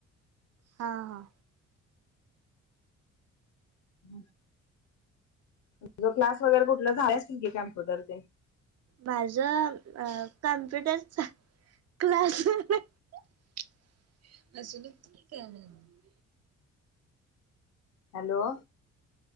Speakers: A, on the right; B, on the left.
A: हा हा!
B: <inaudible> तुझं क्लास वगैरे कुठलं झालं असतील की कॅम्प्युटर ते.
A: माझं कम्प्युटर अ चा? <unintelligible>
B: Hello!